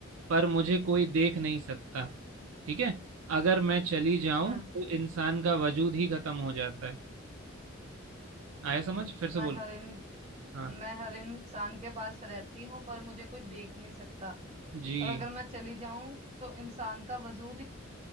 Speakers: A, on the right (about 75°); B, on the right (about 30°).
A: पर मुझे कोई देख नहीं सकता ठीक है अगर मैं चली जाऊं
B: हाँ
A: तो इंसान का वजूद ही खत्म हो जाता है आया समझ फिर से
B: मैं
A: बोलो
B: हर इन
A: हाँ
B: मैं हर इंसान के पास रहती हूँ पर मुझे कोई देख नहीं सकता
A: जी
B: और अगर मैं चली जाऊं तो इंसान का वजूद ही